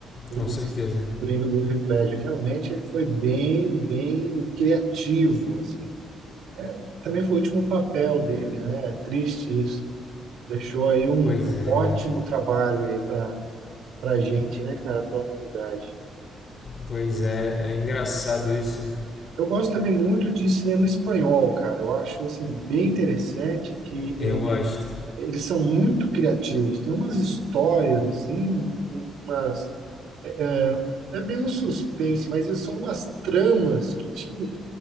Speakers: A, on the right (about 75°); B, on the left (about 45°).
A: O,
B: com certeza.
A: o Coringa do Heath Ledger. Realmente ele foi bem, bem criativo, assim. É, também foi o último papel dele, né? É Triste isso. Deixou aí um
B: Pois é,
A: ótimo
B: né?
A: trabalho aí para pra gente, né, cara, pra humanidade.
B: Pois é, é engraçado isso.
A: Eu gosto também muito de cinema espanhol, cara. Eu acho assim bem interessante que
B: Eu
A: eh,
B: gosto.
A: eles são muito criativos. Tem umas histórias assim, umas é é bem um suspense, mas são umas tramas que te,